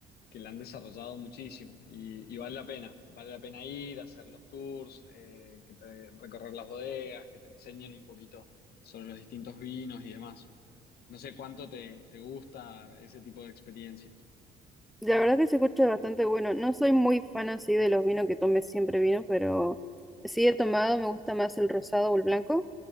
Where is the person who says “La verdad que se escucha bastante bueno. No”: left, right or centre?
Centre